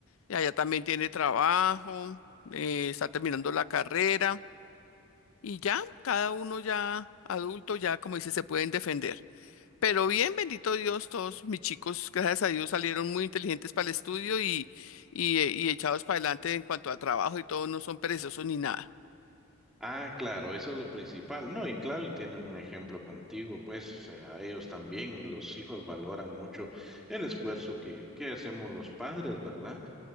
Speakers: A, on the left; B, in the centre.
A: y allá también tiene trabajo, eh, está terminando la carrera y ya, cada uno ya adulto, ya como dice, se pueden defender. Pero bien, bendito Dios, todos mis chicos, gracias a Dios, salieron muy inteligentes para el estudio y, y, eh, y echados para adelante en cuanto al trabajo y todo, no son perezosos ni nada.
B: Ah, claro, eso es lo principal. No, y claro, y tienen un ejemplo contigo, pues, o sea, ellos también, los hijos valoran mucho el esfuerzo que, que hacemos los padres, ¿verdad?